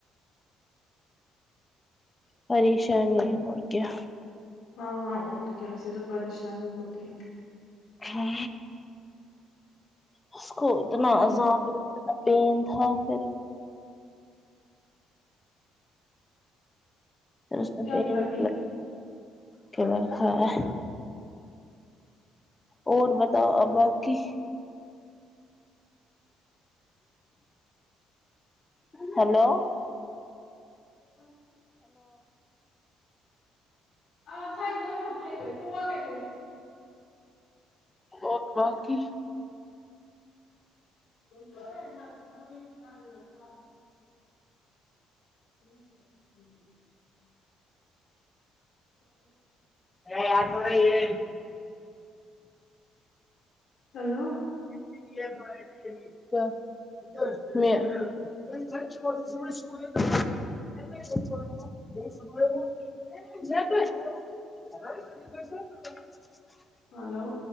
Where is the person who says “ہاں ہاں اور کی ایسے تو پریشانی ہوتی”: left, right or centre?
Left